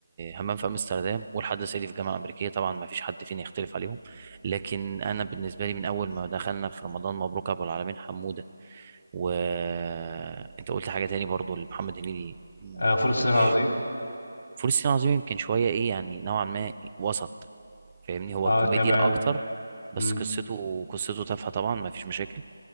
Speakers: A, on the right; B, on the left.
A: همام في امستردام ولحد صعيدي في الجامعه الامريكيه طبعا ما فيش حد فينا يختلف عليهم لكن انا بالنسبه لي من اول ما دخلنا في رمضان مبروك ابو العالمين حموده وانت قلت حاجه تاني برضو لمحمد هنيدي م-
B: آه فول الصين
A: مش
B: العظيم
A: فول الصين العظيم يمكن شويه ايه يعني نوعا ما وسط فاهمني هو
B: اه
A: كوميديا
B: تمام
A: اكتر بس
B: مم.
A: قصته قصته تافهه طبعا ما فيش مشاكل